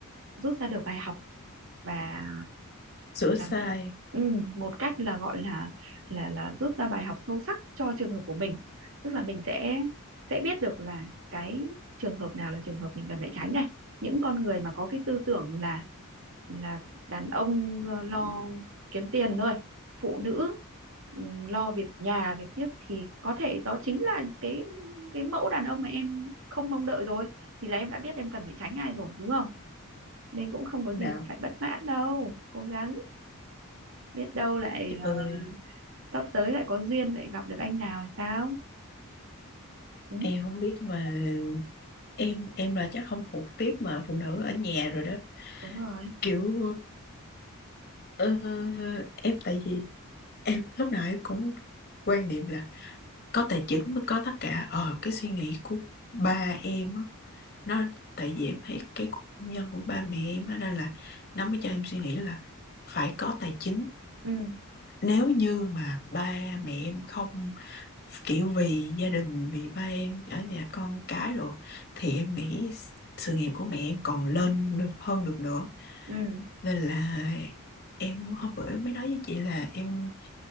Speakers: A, on the right; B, on the left.
A: rút ra được bài học và
B: sửa
A: là
B: sai
A: ừ, một cách là gọi là là là rút ra bài học sâu sắc cho trường hợp của mình tức là mình sẽ sẽ biết được là cái trường hợp nào là trường hợp mình cần phải tránh này những con người mà có cái tư tưởng là là đàn ông lo lo kiếm tiền thôi phụ nữ ừ, lo việc nhà việc tiếc thì có thể đó chính là cái cái mẫu đàn ông mà em không mong đợi rồi thì là em đã biết em cần phải tránh ai rồi đúng không nên cũng không có
B: nào
A: gì mà phải bất mãn đâu cố gắng biết đâu lại
B: trời ơi
A: ờ, sắp tới lại có duyên lại gặp được anh nào thì sao ừ,
B: em không biết mà em em là chắc không thuộc tiếp mà phụ nữ ở nhà rồi đó
A: đúng rồi
B: kiểu Ờ, em tại vì em lúc nào em cũng quan niệm là có tài chính mới có tất cả ờ cái suy nghĩ của ba em á nó tại vì em thấy cái cuộc hôn nhân của ba mẹ em á nên là nó mới cho
A: ừ
B: em suy nghĩ là phải có tài chính
A: ừ
B: nếu như mà ba mẹ em không kiểu vì gia đình vì ba em ở nhà con cái rồi thì em nghĩ sự nghiệp của mẹ em còn lên được hơn được nữa
A: ừ
B: nên là em hôm bữa em mới nói với chị là em